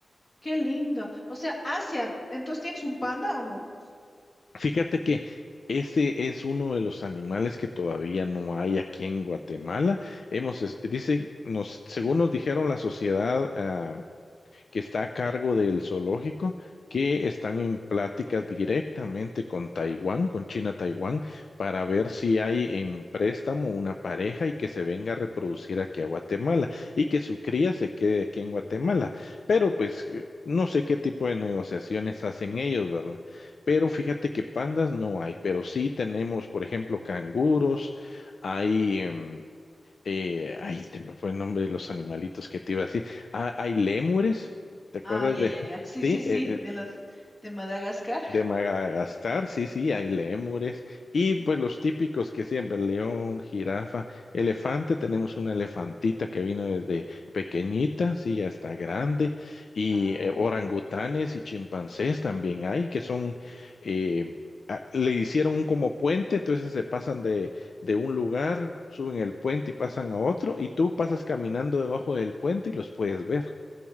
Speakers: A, on the left (about 30°); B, on the left (about 65°).
A: Qué lindo. O sea, Asia, entonces ¿tienes un panda o no?
B: Fíjate que ese es uno de los animales que todavía no hay aquí en Guatemala. Hemos, es- dicen, nos, según nos dijeron la sociedad ah, que está a cargo del zoológico, que están en pláticas directamente con Taiwán, con China-Taiwán, para ver si hay en préstamo una pareja y que se venga a reproducir aquí a Guatemala y que su cría se quede aquí en Guatemala. Pero pues eh, no sé qué tipo de negociaciones hacen ellos, ¿verdad? Pero fíjate que pandas no hay, pero sí tenemos, por ejemplo, canguros, hay... em, eh, ay, se me fue el nombre de los animalitos que te iba a decir. Ah, hay lémures, ¿te acuerdas
A: Ay,
B: de?
A: ay,
B: <laughs>
A: ay, ya. Sí,
B: Sí,
A: sí, sí,
B: eh, eh,
A: de los de Madagascar.
B: de Madagascar, sí, sí, hay lémures. Y pues los típicos que siempre, león, jirafa, elefante, tenemos una elefantita que vino desde pequeñita, sí, ya está grande. Y
A: Ay,
B: eh, orangutanes y chimpancés también hay, que son, eh, a- le hicieron un como puente, entonces se pasan de, de un lugar, suben el puente y pasan a otro, y tú pasas caminando debajo del puente y los puedes ver.